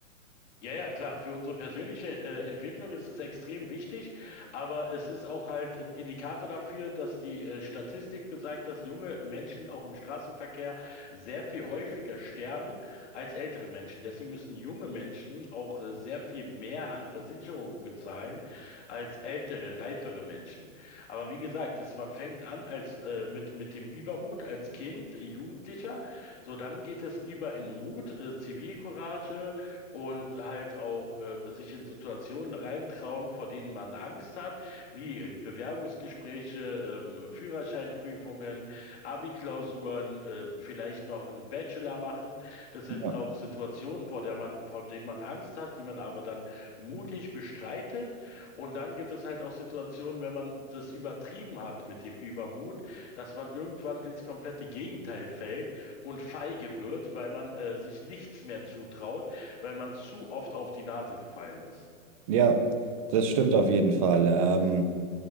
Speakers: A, on the left (about 55°); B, on the right (about 25°).
A: Ja, ja, klar. Für unsere persönliche äh, Entwicklung ist es extrem wichtig, aber es ist auch halt ein Indikator dafür, dass die äh, Statistik besagt, dass junge Menschen auch im Straßenverkehr sehr viel häufiger sterben als ältere Menschen. Deswegen müssen junge Menschen auch äh, sehr viel mehr an Versicherungen bezahlen als ältere, reifere Menschen. Aber wie gesagt, das, man fängt an als äh, mit mit dem Übermut als Kind, äh, Jugendlicher, so dann geht es über in Mut, äh, Zivilcourage und halt auch ähm, sich in Situationen reintrauen, vor denen man Angst hat, wie äh, Bewerbungsgespräche, ähm, Führerscheinprüfungen, Abi-Klausuren, äh, vielleicht noch einen Bachelor machen. Das sind
B: Ja,
A: auch Situationen, vor der man, vor denen man Angst hat, die man aber dann mutig bestreitet. Und dann gibt es halt auch Situationen, wenn man das übertrieben hat mit dem Übermut, dass man irgendwann ins komplette Gegenteil fällt und feige wird, weil man äh, sich nichts mehr zutraut weil man zu oft auf die Nase gefallen ist.
B: ja das stimmt auf jeden Fall. Ähm,